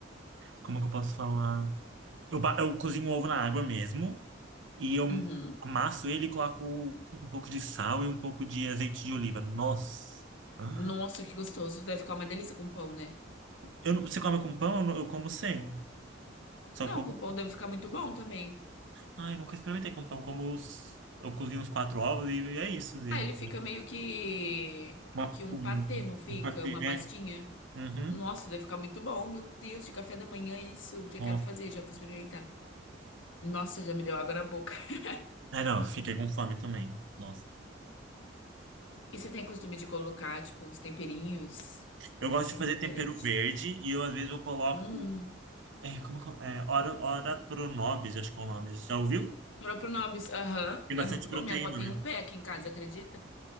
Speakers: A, on the right; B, on the left.
A: Como é que eu posso falar? Eu, ba- eu cozinho ovo na água mesmo. E eu
B: Uhum.
A: amasso ele e coloco um pouco de sal e um pouco de azeite de oliva. Nossa! Ah,
B: Nossa, que gostoso. Deve ficar uma delícia com pão, né?
A: Eu, não- você come com pão? Eu, não- eu como sem. Só
B: Não,
A: como.
B: com pão deve ficar muito bom também.
A: Ai, nunca experimentei com pão. Como os, eu cozinho uns quatro ovos e, e é isso. às vezes.
B: Ah, ele fica meio que
A: Uma,
B: que um
A: um,
B: patê, não fica?
A: um patê,
B: Uma
A: né?
B: pastinha.
A: Uhum.
B: Nossa, deve ficar muito bom. Meu Deus, de café da manhã isso. Já
A: Nossa.
B: quero fazer, já vou experimentar. Nossa, já me deu água na boca. <laughs>
A: Ah, não, eu fiquei com fome também. Nossa.
B: E você tem costume de colocar, tipo, uns temperinhos
A: Eu gosto
B: assim,
A: de fazer
B: diferente?
A: tempero verde e eu, às vezes, eu coloco.
B: Hum.
A: É, como, que eu- é, ora, ora pronobis, acho que é o nome. Já ouviu?
B: Propronobis, aham,
A: Tem
B: é
A: bastante
B: muito
A: proteína,
B: bom. Minha avó tem
A: né?
B: um pé aqui em casa, acredita?